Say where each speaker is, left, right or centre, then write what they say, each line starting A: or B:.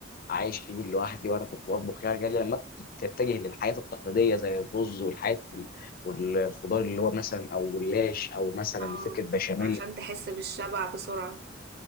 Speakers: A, on the left (about 45°); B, on the right (about 55°).
A: عايش كبير لوحدي وانا كنت بطبخ يعني قال لي لما تتجه للحياه التقليديه زي الرز والحياه والخضار اللي هو مثلا او جلاش او مثلا
B: اه
A: فكره بشاميل
B: عشان تحس بالشبع بسرعة